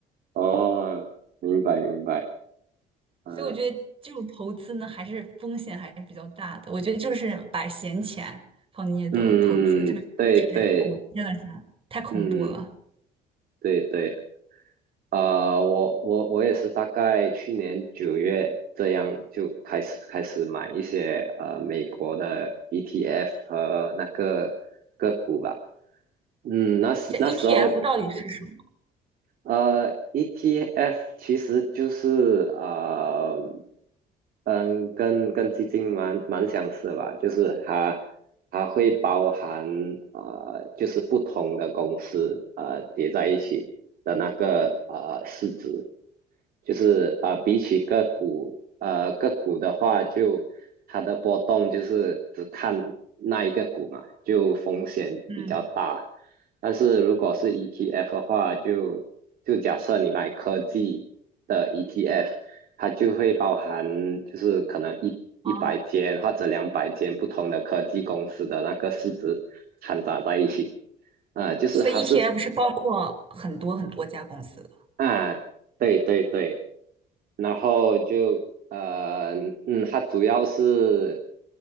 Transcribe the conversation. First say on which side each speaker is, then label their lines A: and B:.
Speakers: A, on the right; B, on the right.
A: 哦，明白明白，
B: <laughs>
A: 啊，
B: 所以我觉得这种投资呢，还是风险还是比较大的。我觉得就是把闲钱放进去投投资，
A: 嗯，
B: 特别是股，
A: 对对，
B: 真的是太恐怖了。
A: 嗯，对对。呃，我我我也是大概去年九月这样就开始开始买一些呃美国的 ETF 和那个个股吧。嗯，那时那时候
B: 这 ETF 到底是什么？
A: 呃 ETF 其实就是呃嗯跟跟基金蛮蛮相似吧，就是它它会包含呃就是不同的公司呃叠在一起的那个呃市值。就是啊、呃比起个股，呃，个股的话就，它的波动就是只看那一个股嘛，就风险比较大。
B: 嗯，
A: 但是如果是 ETF 的话，就就假设你买科技的 ETF，它就会包含就是可能一一百间或者两百间不同的科技公司的那个市值掺杂在一起，
B: 哦，
A: 啊，就是它是
B: 所以 ETF 是包括很多很多家公司的。
A: 啊，对对对。然后就呃嗯，它主要是